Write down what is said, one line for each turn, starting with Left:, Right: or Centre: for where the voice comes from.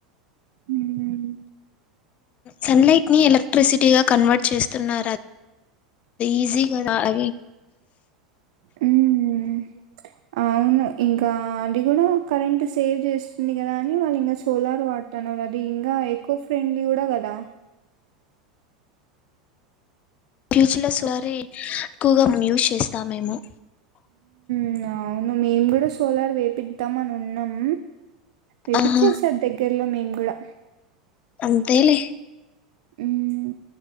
Right: ఉమ్
Left: సన్ లైట్ ని ఎల ఎలక్ట్రిసిటీగా కన్వర్ట్ చేస్తున్నారు అ ఈజీ గదా అ
Right: మ్మ్ అవును ఇంకా అది గూడా కరెంట్ సేవ్ జేస్తుంది గదా అని వాళ్ళు ఇంకా సోలార్ వాడుతున్నారు అది ఇంగా ఎక్కువ ఫ్రెండ్లీ గూడ గదా
Left: ఫ్యూచర్లో సోలారే ఎక్కువగా యూజ్ చేస్తామేమో
Right: మ్ అవును మేము కూడా సోలార్ వేపిద్దాం అని ఉన్నాం వెప్పించేశార్
Left: ఆహా
Right: దగ్గర్లో మేం గూడా
Left: అంతేలే
Right: ఉమ్